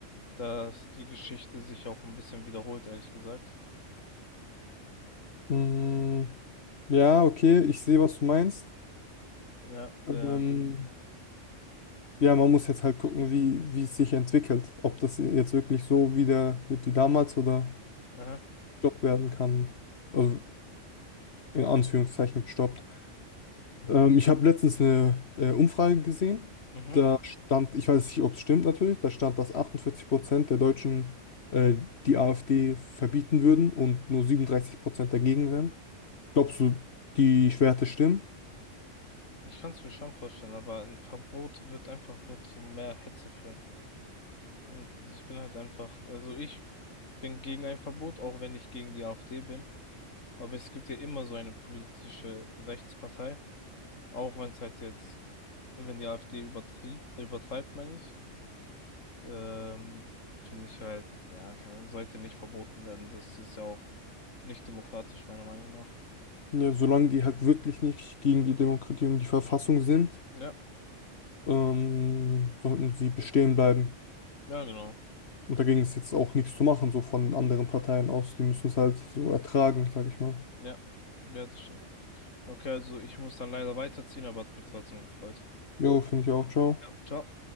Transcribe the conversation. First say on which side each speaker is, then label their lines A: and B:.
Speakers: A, on the left (about 85°); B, on the left (about 60°).
A: dass die Geschichte sich auch ein bisschen wiederholt, ehrlich gesagt.
B: Mm, Ja, okay, ich sehe, was du meinst.
A: Ja,
B: Ähm,
A: äh,
B: Ja, man muss jetzt halt gucken, wie, wie es sich entwickelt. Ob das jetzt wirklich so wieder wird wie damals oder
A: aha,
B: gestoppt werden kann. Also in Anführungszeichen gestoppt. Ähm, ich habe letztens eine äh, Umfrage gesehen.
A: mhm.
B: Da stand, ich weiß nicht, ob es stimmt natürlich, da stand, dass 48 Prozent der Deutschen äh, die AfD verbieten würden und nur 37 Prozent dagegen wären. Glaubst du, die Werte stimmen?
A: Ich kann es mir schon vorstellen, aber ein Verbot wird einfach nur zu mehr Hetze führen. Und ich bin halt einfach, also ich bin gegen ein Verbot, auch wenn ich gegen die AfD bin. Aber es gibt ja immer so eine politische Rechtspartei, auch wenn es halt jetzt, wenn die AfD übertreibt, übertreibt, meine ich, ähm, finde ich halt, ja, keine Ahnung, sollte nicht verboten werden. Das ist ja auch nicht demokratisch, meiner Meinung nach.
B: Ja, solange die halt wirklich nicht gegen die Demokratie und die Verfassung sind.
A: Ja,
B: ähm, sollten sie bestehen bleiben.
A: ja, genau.
B: Und dagegen ist jetzt auch nichts zu machen, so von anderen Parteien aus. Die müssen es halt so ertragen, sag ich mal.
A: Ja, ja, das stimmt. Okay, also ich muss dann leider weiterziehen, aber hat mich trotzdem gefreut.
B: Jo, finde ich auch, ciao.
A: Ja, ciao.